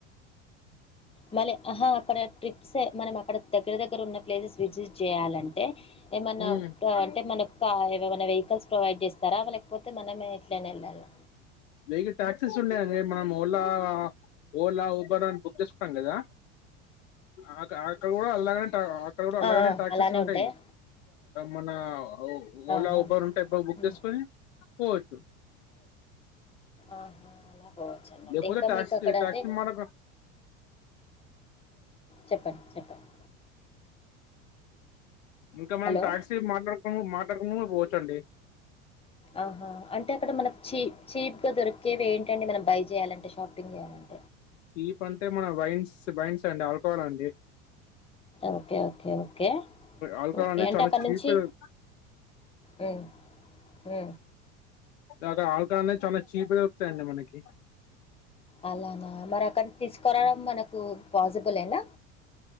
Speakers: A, on the left; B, on the left.
A: మన ఆహ <unintelligible> అక్కడ ట్రిప్స మనం అక్కడ దగ్గర దగ్గర ఉన్న ప్లేసెస్ విజిట్ చేయాలంటే ఏమన్నా
B: హ్మ్
A: అంటే మనయొక్క ఏమమనా వెహికల్స్ ప్రొవైడ్ చేస్తారా లేకపోతే మనమే ఇట్లనే ఎలానా
B: వెహికల్ టాక్సీస్ ఉన్నాయండి మనం ఓలా ఓలా అని బుక్ చేసుకుంటాం కదా అ అక్కడ కూడా అలాగనే అక్కడ కూడా అలాగనే
A: ఆ ఆ
B: టాక్సీస్లు
A: అలానే
B: ఉంటాయి
A: ఉంటాయా
B: మన ఓలా
A: ఆహా!
B: ఉబర్ ఉంటే ఎప్పుడు బుక్
A: హ్మ్.
B: చేసుకొని పోవచ్చు
A: ఆహా అలా పోవచ్చు అన్నట్టు
B: లేకపోతే
A: ఇంకా
B: టాక్సీ
A: మీకు అక్కడ
B: టాక్సీ
A: అంటే
B: మాట్లాడుకో
A: చెప్పండి చెప్పండి
B: ఇంకా మనం
A: హలో!
B: టాక్సీ మాట్లాడుకు మాట్లాడుకుం పోవచ్చండి
A: ఆహా అంటే అక్కడ మనకి చీప్ చీప్ గా దొరికేవి ఏంటి అం మనం బై చేాలంటేషపింగ్ చేయాలంటే
B: తీప్ అంటే మన వైన్స్ వైన్స్ అండి ఆల్కోహల్ అండి
A: okay okay okay
B: alcohol
A: okay
B: అనేది
A: అంటే
B: చాలా
A: అక్కడి
B: చీప్
A: నుంచి
B: ఇలాగ
A: అ అ
B: ఇగా ఆల్కా అనే చాలా చీప వెరుతాయిండి మనకి
A: అలానా మరి అక్కడ తీసుకోవడం మనకు పాసిబుల్నా